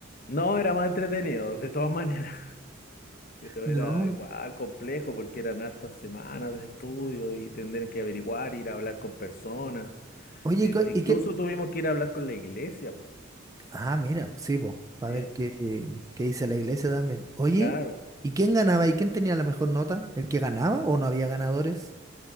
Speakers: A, on the left; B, on the right.
A: No, era más entretenido, de todas maneras. <laughs> Pero
B: No.
A: era igual complejo porque eran hartas semanas de estudio y tener que averiguar, ir a hablar con personas.
B: Oye,
A: E-
B: ¿y qué?
A: incluso
B: y qué-
A: tuvimos que ir a hablar con la iglesia, pues.
B: Ah, mira, sí, po. Para
A: Sí,
B: ver qué, qué dice la iglesia también. Oye,
A: claro.
B: ¿y quién ganaba? ¿Y quién tenía la mejor nota? ¿El que ganaba o no había ganadores?